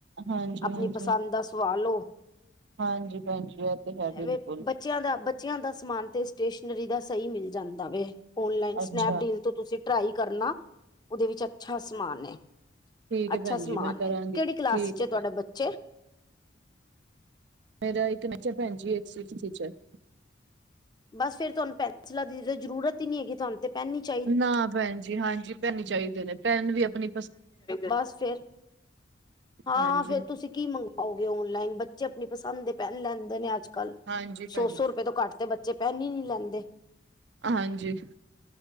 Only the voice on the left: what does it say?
ਆਪਨੀ
ਪਸੰਦ ਦਾ ਸਵਾ ਲੋ।
ਐਵੇਂ ਬੱਚਿਆਂ ਦਾ ਬੱਚਿਆਂ ਦਾ ਸਮਾਨ ਤੇ ਸਟੇਸ਼ਨਰੀ ਦਾ ਸਈ ਮਿਲ ਜਾਂਦਾ ਵੇ। ਔਨਲਾਈਨ
ਸਨੈਪ ਡੀਲ ਤੋਂ ਤੁਸੀਂ ਟਰਾਈ ਕਰਨਾ, ਉਹਦੇ ਵਿੱਚ ਅੱਛਾ ਸਮਾਨ ਏ।
ਅੱਛਾ
ਸਮਾਨ
ਏ, ਕਿਹੜੀ ਕਲਾਸ
'ਚ
ਏ ਤੁਹਾਡੇ
ਬੱਚੇ।
ਬਸ ਫੇਰ ਤੁਹਾਨੂੰ ਪੈਸਲਾਂ ਦੀ ਜ਼ਰੂਰਤ ਈ ਨੀ ਹੈਗੀ ਤੁਹਾਨੂੰ ਤੇ ਪੈਨ ਈ ਚ
ਬਸ ਫੇਰ, ਹਾਂ-ਹਾਂ
ਫੇਰ ਤੁਸੀਂ ਕੀ ਮੰਗੋ ਆਓਗੇ ਔਨਲਾਈਨ ਬੱਚੇ ਆਪਨੀ ਪਸੰਦ ਦੇ ਪੈਨ ਲੈਂਦੇ ਨੇ ਅੱਜ ਕੱਲ੍ਹ,
ਸੌ-ਸੌ
ਰੁਪਏ ਤੋਂ ਘੱਟ ਤੇ ਬੱਚੇ ਪੈਨ ਈ ਨੀ ਲੈਂਦੇ।